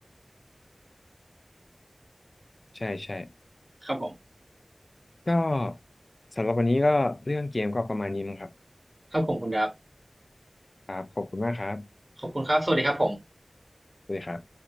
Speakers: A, on the left; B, on the right.
A: ใช่ใช่
B: ครับผม
A: ก็สำหรับวันนี้ก็เรื่องเกมก็ประมาณนี้มั้งครับ
B: ครับผมคุณดับ
A: ครับขอบคุณมากครับ
B: ขอบคุณครับสวัสดีครับผม
A: สวัสดีครับ